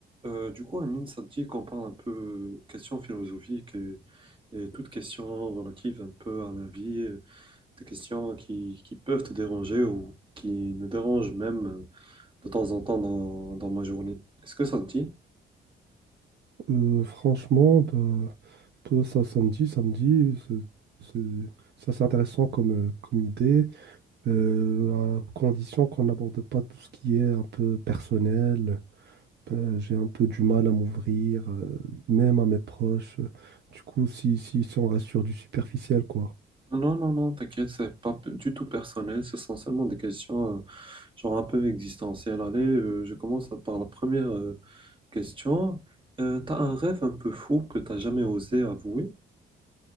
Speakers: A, on the right; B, on the right.
A: Euh, du coup, Amine, ça te dit qu'on parle un peu questions philosophiques et, et toutes questions relatives un peu à la vie, euh, des questions qui, qui peuvent te déranger ou qui me dérangent même euh, de temps en temps dans, dans ma journée. Est-ce que ça te dit?
B: Euh, franchement, bah, peu ça, samedi, samedi, c'est c'est- c'est assez intéressant comme, euh, comme idée, euh, à condition qu'on n'aborde pas tout ce qui est un peu personnel. Ben, j'ai un peu du mal à m'ouvrir, euh, même à mes proches. Du coup, si, si, si on reste sur du superficiel, quoi.
A: Non, non, non, t'inquiète, c'est pas p- du tout personnel, ce sont seulement des questions euh, genre un peu existentielles. Allez, euh, je commence par la première euh, question. Euh, t'as un rêve un peu fou que t'as jamais osé avouer?